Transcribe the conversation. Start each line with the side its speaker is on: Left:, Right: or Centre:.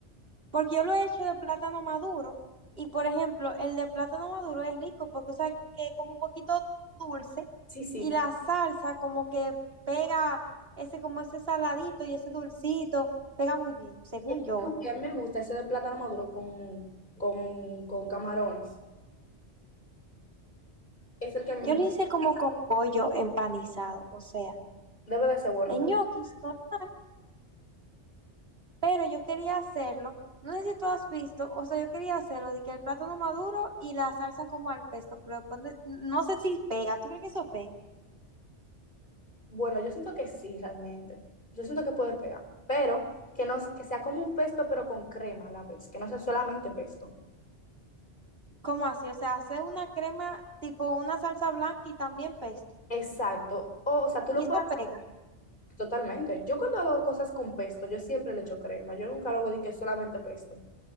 Right: Porque yo lo he hecho de plátano maduro. Y por ejemplo, el de plátano maduro es rico porque, o sea, que es como un poquito dulce
Left: Sí, sí.
Right: y la salsa como que pega ese, como ese saladito y ese dulcito, pega muy bien, según
Left: Y el
Right: yo.
Left: único que
Right: ¿eh?
Left: a mí me gusta ese de plátano maduro con, con, con camarones. Es el que a mí
Right: Yo
Left: me
Right: lo
Left: gusta.
Right: hice como con pollo empanizado, o sea,
Left: Debe de ser bueno
Right: en
Left: también.
Right: ñoquis normal, pero yo quería hacerlo. No sé si tú has visto, o sea, yo quería hacerlo de que el plátano maduro y la salsa como al pesto, pero después de- no sé si pega. ¿Tú crees que eso pega?
Left: Bueno, yo siento que sí, realmente. Yo siento que puede pegar. Pero que, no, que sea como un pesto, pero con crema a la vez. Que no sea solamente pesto.
Right: ¿Cómo así? O sea, hacer una crema tipo una salsa blanca y también pesto.
Left: Exacto. O, o sea, tú lo
Right: Y eso
Left: puedes hacer
Right: pega.
Left: totalmente. Yo cuando hago cosas con pesto, yo siempre le echo crema. Yo nunca lo hago de que es solamente pesto.